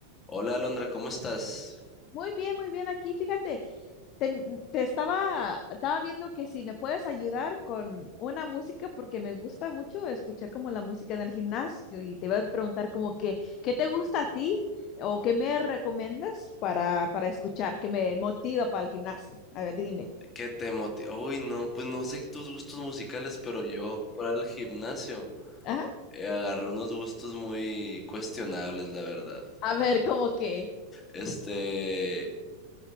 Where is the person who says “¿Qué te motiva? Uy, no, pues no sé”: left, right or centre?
Left